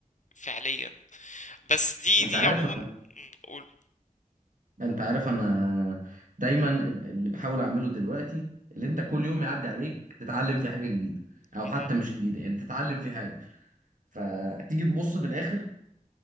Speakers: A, on the left; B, on the right.
A: فعليا بس دي
B: انت
A: دي
B: عارف
A: عموما م، قول
B: انت عارف انا دايما ال- اللي بحاول اعمله دلوقتي اللي انت كل يوم يعدي عليك تتعلم في حاجة جديدة او
A: مهم.
B: حتى مش جديدة يعني تتعلم في حاجة فتيجي تبص في الاخر